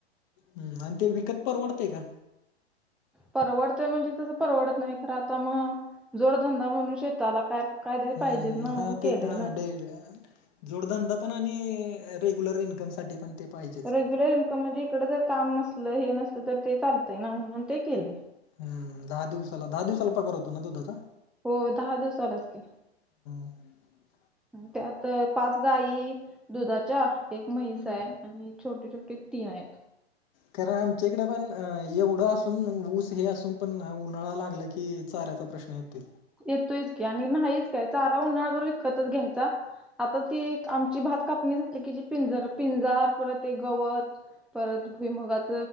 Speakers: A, on the left; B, in the centre.
A: हम्म आणि ते विकत परवडते का?
B: परवडतय म्हणजे तसं परवडत नाही खरं आता मग जोडधंदा म्हणून शेताला काय कायतरी
A: हम्म
B: पाहिजेच ना म्हणून
A: हा तेच
B: केलंय
A: हा
B: ना
A: डडेर जोडधंदा पण आणि रेग्युलर इन्कम साठी पण ते पाहिजेच.
B: रेग्युलर इन्कम म्हणजे इकड जर काम नसलं हे नसलं तर ते चालतय ना म्हणून ते केले.
A: हम् दहा दिवसाला दहा दिवसाला पगार होतो ना दुधाचा?
B: हो दहा दिवस झालाच की
A: <inaudible>
B: त्यात पाच गाई दुधाच्या एक म्हहिस हाय छोटे छोटे तीन आहेत.
A: कारण आमच्या इकडे पण एवढं असून ऊस हे असून पण उन्हाळा लागलं की की चाऱयचा प्रश्न येतोय.
B: येतोयाचं की आणि नाहीच काय चारा उन्हाळा बरोब इतकच घ्यायचा. आता ती आमची भात कापणी झाली की जी पिंजर पिंजार परत एक गवत परत भुईमगाच